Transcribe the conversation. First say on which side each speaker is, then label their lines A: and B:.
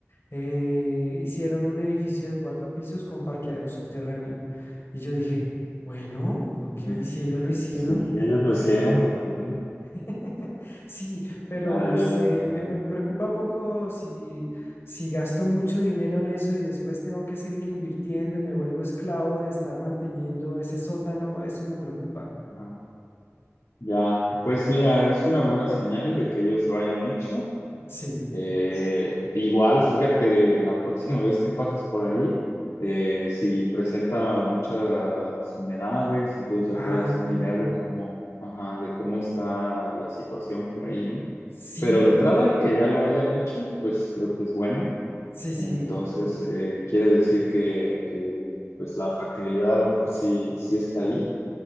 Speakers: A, on the left (about 55°); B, on the left (about 80°).
A: eh, hicieron un edificio de cuatro pisos con parqueadero subterráneo. Y yo dije, bueno, ok,
B: ujú.
A: si ellos lo hicieron,
B: Sí, ellos lo hicieron porque, bueno,
A: <laughs> Sí, pero
B: ya,
A: no
B: ya,
A: sé,
B: ya.
A: me, me- me preocupa un poco si, si gasto mucho dinero en eso y después tengo que seguir invirtiendo y me vuelvo esclavo de estar manteniendo ese sótano, eso me preocupa.
B: Ajá. Ya, pues mira, es una buena señal de que ellos lo hayan hecho.
A: Sí.
B: Eh, igual, fíjate, la próxima vez que pases por ahí, eh, si presenta muchas humedades, entonces ya
A: Ah,
B: te das una idea de cómo, ajá, de cómo está la situación por ahí, ¿no?
A: sí,
B: Pero de entrada, que ya lo hayan hecho, pues creo que es bueno.
A: sí, sí.
B: Entonces, eh, quiere decir que, que, pues la factibilidad a lo mejor sí, sí
A: <clears throat>
B: está
A: Mm,
B: ahí.